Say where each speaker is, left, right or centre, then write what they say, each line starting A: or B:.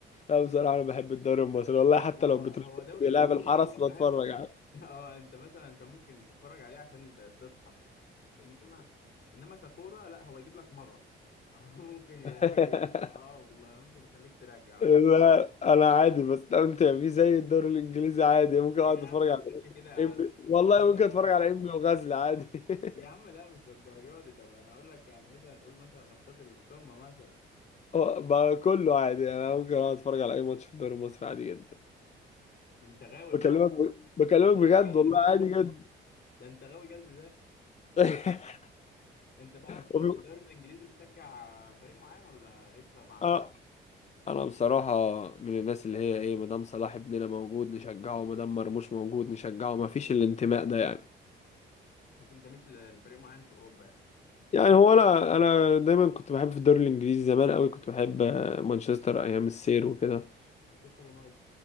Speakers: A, on the left (about 35°); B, on the left (about 55°).
A: لا بصراحه انا بحب الدوري المصري والله حتى
B: هو
A: لو بتروح
B: هو دوري
A: بيلعب
B: كوميدي
A: الحرس
B: انت
A: بتفرج
B: فاهم
A: على
B: <laughs> اه انت مثلا انت ممكن تتفرج عليه عشان ت- تضحك انما انما ككوره لا هو يجيب لك مغص <laughs> هو ممكن
A: <laughs>
B: اه والله ممكن يخليك ترجع ولا
A: لا
B: حاجه
A: انا عادي بستمتع فيه زي الدوري الانجليزي عادي ممكن اقعد
B: يا عم
A: اتفرج
B: ما
A: على
B: تقولش كده يا عم
A: إنبي. والله
B: ده ده
A: ممكن
B: كوميدي
A: اتفرج على انبي وغزل عادي
B: يا
A: <laughs>
B: عم لا مش للدرجه دي طب انا هقول لك يعني مثلا قول مثلا ماتشات القمه مثلا
A: هو بقى كله عادي انا ممكن اقعد اتفرج على اي ماتش في الدوري المصري عادي جدا
B: انت غاوي
A: بكلمك
B: بقى
A: ب... بكلمك
B: انت غاوي
A: بجد
B: جلد
A: والله
B: ذات بقى
A: عادي جدا
B: ده انت غاوي جلد
A: <laughs>
B: انت بقى في
A: وفي...
B: في الدوري الانجليزي بتشجع فريق معين ولا قشطه مع
A: آه.
B: كله
A: انا بصراحة من الناس اللي هي ايه مدام صلاح ابننا موجود نشجعه مدام مرموش موجود نشجعه ما فيش الانتماء ده يعني
B: ما تنتميش ل- لفريق معين في اوروبا يعني
A: يعني هو انا انا دايما كنت بحب في الدوري الانجليزي زمان قوي كنت بحب آه، مانشستر ايام السير وكده
B: مانشستر يونايتد